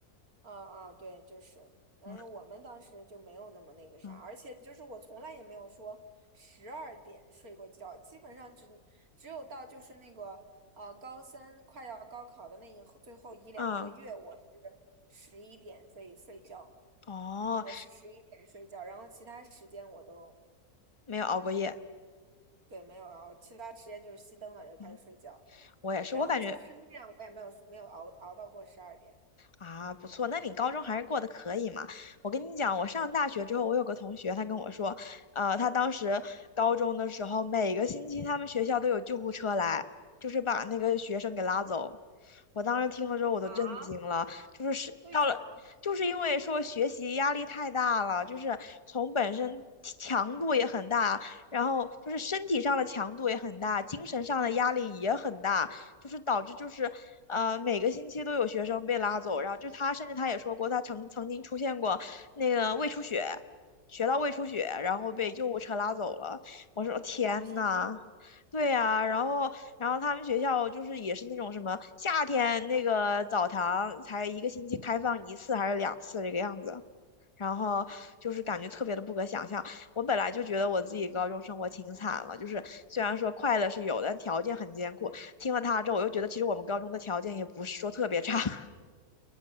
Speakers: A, on the right; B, on the left.
A: 嗯嗯，对，就是，但是我们当时就没有那么那个啥，
B: 嗯嗯
A: 而且就是我从来也没有说十二点睡过觉，基本上只只有到就是那个呃高三快要高考的那一后最后一两个月，
B: 嗯，
A: 我是十一点睡睡觉，
B: 哦，
A: 我是十一点睡觉，然后其他时间我都
B: 没有熬过夜。
A: 对没有熬，其他时间就是熄灯了就开始睡觉，
B: 嗯，我也是，
A: 然后就是那样，
B: 我感觉
A: 我也没有没有熬熬到过十二点
B: 啊，不错，那你高中还是过得可以嘛？我跟你讲，我上大学之后，我有个同学，他跟我说，呃，他当时高中的时候，每个星期他们学校都有救护车来，就是把那个学生给拉走。我当时听了之后，我都震惊了，
A: 啊？
B: 就是是到了，
A: 为啥？
B: 就是因为说学习压力太大了，就是从本身强度也很大，然后就是身体上的强度也很大，精神上的压力也很大。就是导致就是呃每个星期都有学生被拉走，然后就他甚至他也说过，他曾曾经出现过那个胃出血，学到胃出血，然后被救护车拉走了。
A: 哦，
B: 我说天呐！
A: 这么拼命啊！
B: 对呀、然后，然后他们学校就是也是那种什么夏天那个澡堂才一个星期开放一次还是两次这个样子，然后就是感觉特别的不可想象。我本来就觉得我自己高中生活挺惨了，就是虽然说快乐是有的，但条件很艰苦。听了他之后，我又觉得其实我们高中的条件也不是说特别差。<laughs>